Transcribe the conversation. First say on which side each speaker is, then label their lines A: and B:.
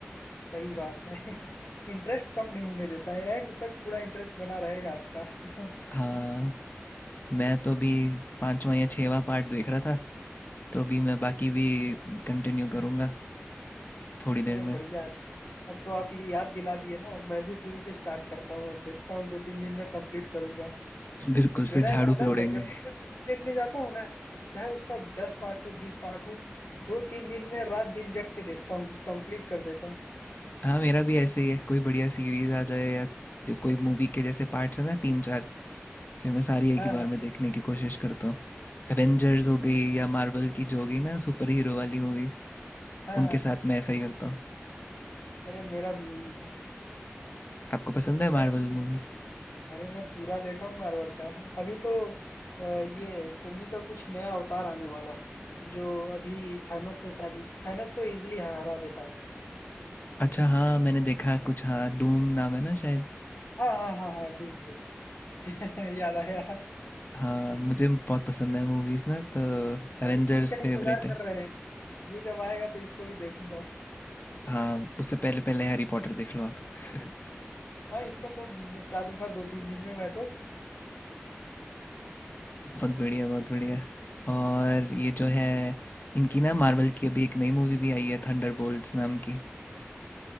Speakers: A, on the left; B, on the left.
A: सही बात है <laughs> इंटरेस्ट कम नहीं होने देता है एंड तक पूरा इंटरेस्ट बना रहेगा आपका <laughs>
B: हाँ मैं तो अभी पांचवा या छठवां पार्ट देख रहा था तो अभी मैं बाकी भी कंटिन्यू करूँगा थोड़ी देर
A: अरे
B: में
A: बढ़िया है अब तो आप ये याद दिला दिए ना अब मैं भी शुरू से स्टार्ट करता हूँ अब देखता हूँ दो तीन दिन में कंप्लीट करूंगा
B: बिल्कुल फिर
A: मेरा
B: झाड़ू
A: एक आदत
B: पे उड़ेंगे
A: है जब भी कोई मूवी देखने जाता हूँ ना चाहे उसका दस पार्ट हो बीस पार्ट हो दो तीन दिन में रात दिन जग के देखता हूँ कंप्लीट कर देता हूँ
B: हाँ मेरा भी ऐसे ही है कोई बढ़िया सीरीज आ जाए या जो कोई मूवी के जैसे पार्ट्स हैं ना तीन चार फिर मैं सारी एक
A: हाँ
B: ही बार
A: हाँ
B: में देखने की कोशिश करता हूँ एवेंजर्स हो गई या मार्वल की जो हो गई ना सुपर हीरो वाली मूवीज
A: हाँ
B: उनके
A: हाँ
B: साथ मैं ऐसा ही करता हूँ
A: अरे मेरा भी यही है
B: आपको पसंद है
A: और
B: मार्वल मूवीज
A: अरे मैं पूरा देखा हूँ मार्वल का अभी तो अ, ये टोनी का कुछ नया अवतार आने वाला है जो अभी थानोस से शायद थानोस को इजिली हरा देता है
B: अच्छा हाँ मैंने देखा कुछ हाँ डूम नाम है ना शायद
A: हाँ हाँ हाँ हाँ डूम डूम <laughs> याद आया
B: हाँ मुझे बहुत पसंद है मूवीज ना तो एवेंजर्स
A: अभी इसी का
B: फेवरेट
A: इंतजार
B: है
A: कर रहे हैं ये जब आएगा तो इसको भी देखूंगा
B: हाँ उससे पहले पहले हैरी पॉटर देख लो आप <laughs>
A: हाँ इसको तो निपटा दूंगा दो तीन दिन में मैं तो
B: बहुत बढ़िया बहुत बढ़िया और ये जो है इनकी ना मार्वल की अभी एक नई मूवी भी आई है थंडरबोल्ट्स नाम की